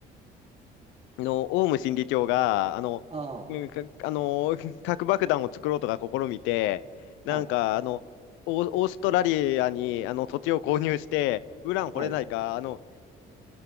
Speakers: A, on the left (about 85°); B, on the right (about 35°).
A: の、オウム真理教が、あの、
B: あ
A: うんかあの、<laughs> 核爆弾を作ろうとか試みて、なんか、
B: あ、はい、
A: あの、オーオーストラリアに、あの、土地を購入して、ウラン掘れないか、
B: はい、
A: あの、